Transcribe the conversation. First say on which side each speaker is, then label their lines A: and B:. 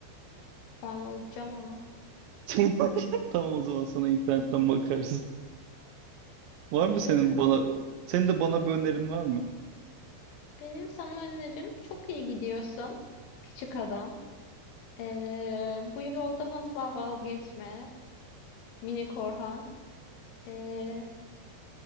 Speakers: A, on the left; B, on the right.
A: Ben olacağım ama.
B: <laughs> Tamam o zaman sana internetten bakarız. Var mı
A: Göbek
B: senin
A: kası.
B: bana senin de bana bir önerin var mı?
A: Benim sana önerim çok iyi gidiyorsun. Küçük adam. Ee, bu yoldan asla vazgeçme. Mini Korhan. Ee,